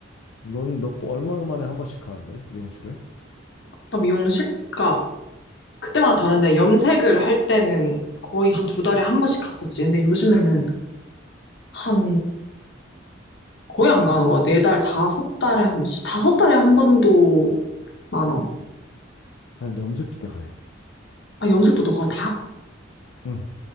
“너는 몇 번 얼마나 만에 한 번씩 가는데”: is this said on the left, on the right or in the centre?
Left